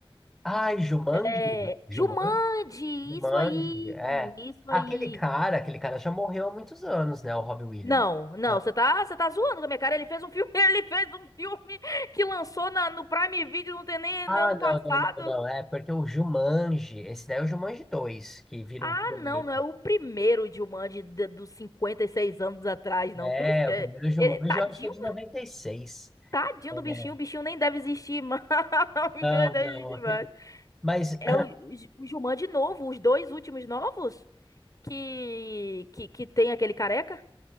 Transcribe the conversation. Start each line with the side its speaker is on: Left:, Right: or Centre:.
Centre: Ai, Jumanji?
Left: É.
Centre: Jumanji?
Left: Jumanji!
Centre: Jumanji,
Left: Isso aí!
Centre: é.
Left: Isso
Centre: Aquele
Left: aí!
Centre: cara, aquele cara já morreu há muitos anos, né? O Robbie Williams.
Left: Não, não,
Centre: Não.
Left: você tá, você tá zoando com a minha cara. Ele fez um filme, <laughs> ele fez um filme que lançou na- no Prime Video, não tem nem
Centre: Ah,
Left: ano
Centre: não,
Left: passado.
Centre: não, não, não. É porque o Jumanji, esse daí é o Jumanji 2, que vira
Left: Ah,
Centre: um videogame.
Left: não, não é o primeiro Jumanji de- dos 56 anos atrás, não.
Centre: É,
Left: Cruz, que
Centre: o
Left: é,
Centre: primeiro Jumanji
Left: é, tadinho,
Centre: eu acho que é de 96.
Left: tadinho
Centre: É,
Left: do bichinho, o bichinho nem deve existir mais. <laughs> O bichinho
Centre: não,
Left: Nem deve
Centre: não,
Left: existir
Centre: aquele.
Left: mais.
Centre: Mas <clears throat>
Left: É o, o Jumanji novo, os dois últimos novos que, que, que tem aquele careca?